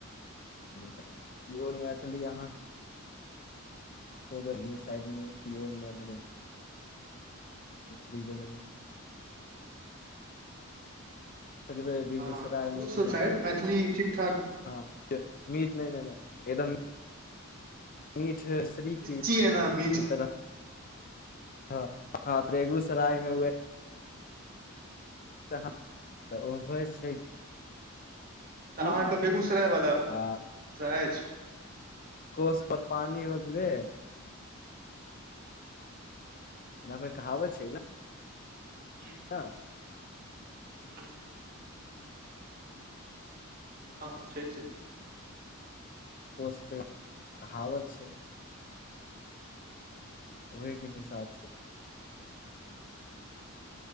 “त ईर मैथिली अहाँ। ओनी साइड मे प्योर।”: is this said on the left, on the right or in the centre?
Left